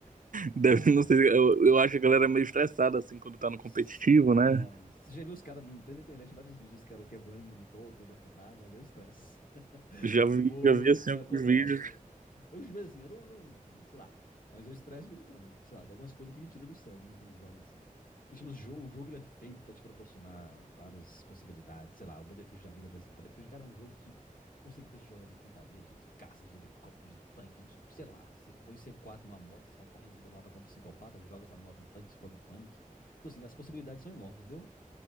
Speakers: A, on the right; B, on the left.
A: Deve,
B: Não,
A: não
B: é.
A: sei, eu, eu acho que a galera é meio estressada, assim, quando tá no
B: sem
A: competitivo,
B: nossa.
A: né?
B: Você já viu os caras, não tem na internet vários vídeos, os caras quebrando monitor, quebrando teclado, ali é o estresse. <laughs>
A: Já vi,
B: Nervoso,
A: já vi, assim,
B: não,
A: alguns
B: acontece.
A: vídeos.
B: Eu, eu, de vez assim, eu não, não- sei lá, mas eu estresse de vez em quando, sei lá, tem algumas coisas que me tiram do sério, né, alguns jogos assim. Porque, tipo, o jogo, o jogo ele é feito pra te proporcionar várias possibilidades, sei lá, o Battlefield da vida, por exemplo. O Battlefield, cara, é um jogo que te possibilita se jogar de infantaria, de caça, de helicóptero, de tanque, de, sei lá. Você põe c quatro numa moto, sai correndo pelo mapa como um psicopata, joga essa moto, um tanque, explode o tanque. Então, assim, as possibilidades são enormes, entendeu?